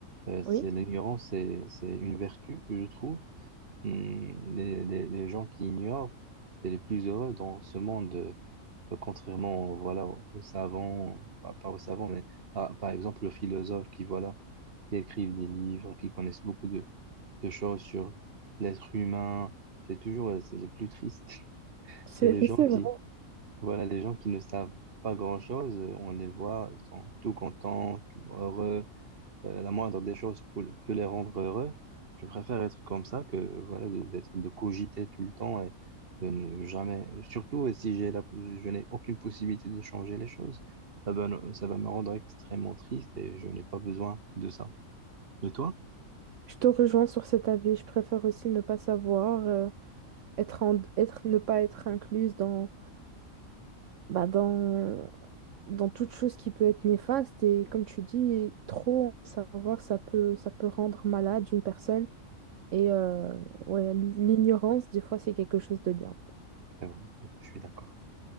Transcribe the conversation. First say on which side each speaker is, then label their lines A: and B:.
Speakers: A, on the right; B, on the right.
A: Euh, c'est
B: oui,
A: l'ignorance, c'est, c'est une vertu, je trouve. Hmm, les, les- les gens qui ignorent, c'est les plus heureux dans ce monde. Euh, Contrairement, voilà, aux, aux savants, pas, pas aux savants, mais par, par exemple aux philosophes qui, voilà, qui écrivent des livres, qui connaissent beaucoup de, de choses sur l'être humain, c'est toujours, euh, c'est les plus tristes. <laughs>
B: c'est
A: Et les
B: <laughs>
A: gens
B: c'est
A: qui
B: vrai.
A: voilà, les gens qui ne savent pas grand-chose, euh, on les voit, ils sont tout contents, tout heureux. Euh, la moindre des choses peut, peut les rendre heureux. Je préfère être comme ça que voilà, de- d'être de cogiter tout le temps et de ne jamais. Surtout si j'ai la, je n'ai aucune possibilité de changer les choses, ça va, me- ça va me rendre extrêmement triste et je n'ai pas besoin de ça. Et toi?
B: Je te rejoins sur cet avis. Je préfère aussi ne pas savoir, euh, être en- être, ne pas être incluse dans, bah, dans, dans toute chose qui peut être néfaste. Et comme tu dis, trop en savoir, ça peut, ça peut rendre malade une personne. Et euh, ouais, l'ignorance, des fois, c'est quelque chose de bien.
A: C'est vrai, je suis d'accord.